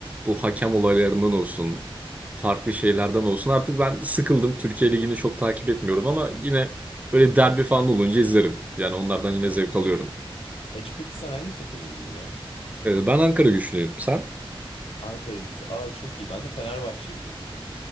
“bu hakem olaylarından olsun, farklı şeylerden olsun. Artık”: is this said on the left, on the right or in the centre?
Right